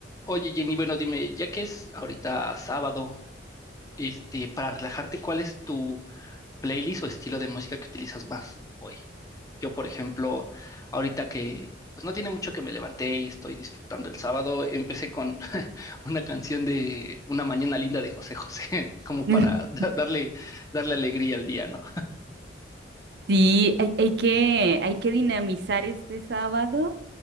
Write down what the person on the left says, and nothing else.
Oye, Jenny, bueno, dime, ya que es ahorita sábado, este, para relajarte, ¿cuál es tu playlist o estilo de música que utilizas más hoy? Yo, por ejemplo, ahorita que pues no tiene mucho que me levanté y estoy disfrutando el sábado, empecé con <laughs> una canción de Una mañana linda de José José, <laughs> como para
da- darle darle alegría al día, ¿no?